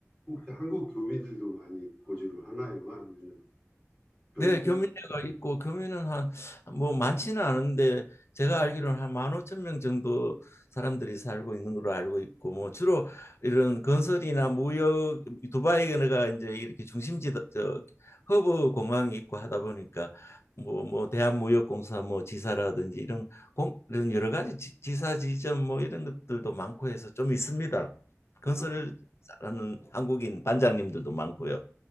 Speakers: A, on the left (about 15°); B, on the left (about 55°).
A: 혹시 한국 교민들도 많이 거주를 하나요? 아니면 별로
B: 네,
A: 없나요?
B: 교민회가 있고 교민은 한 뭐 많지는 않은데 제가 알기로는 한 15,000명 정도 사람들이 살고 있는 걸로 알고 있고 뭐 주로 이런 건설이나 무역 두바이가 이제 이렇게 중심지 저 허브 공항이 있고 하다 보니까 뭐 뭐 대한무역공사 뭐 지사라든지 이런 공 이런 여러 가지 지, 지사 지점 뭐 이런 것들도 많고 해서 좀 있습니다. 건설을
A: 어,
B: 하는 한국인 반장님들도 많고요.